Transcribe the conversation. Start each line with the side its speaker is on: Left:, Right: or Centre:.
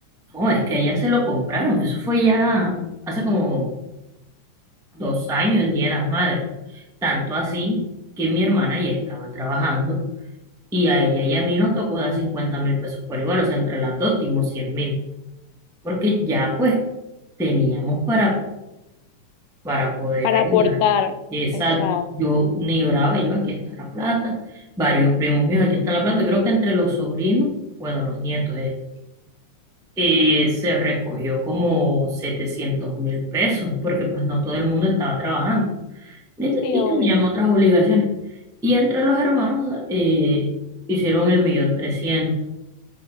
Centre: No, es que ya se lo compraron, eso fue ya hace como dos años, el Día de las Madres. Tanto así que mi hermana ya estaba trabajando. Y a ella y a mí nos tocó dar cincuenta mil pesos por igual, o sea, entre las dos dimos cien mil, porque ya pues teníamos para, para poder
Left: para
Centre: ayudar.
Left: aportar.
Centre: Exacto,
Left: Exacto.
Centre: yo ni brava, yo aquí está la plata, varios primos míos, aquí está la plata, creo que entre los sobrinos, bueno, los nietos, eh, eh, se recogió como setecientos mil pesos, porque pues no todo el mundo estaba trabajando ni te-
Left: Sí,
Centre: y
Left: obvio.
Centre: tenían
Left: O
Centre: otras obligaciones. Y entre los hermanos eh, hicieron el millón trescientos.